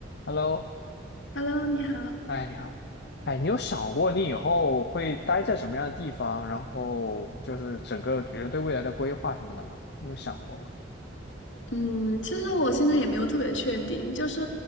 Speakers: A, on the left; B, on the left.
A: Hello，
B: Hello，你好。
A: 哎，你好，哎，你有想过你以后会待在什么样的地方，然后就是整个觉得对未来的规划什么的吗？你有想过吗？
B: 嗯，其实我现在也没有特别确定，就是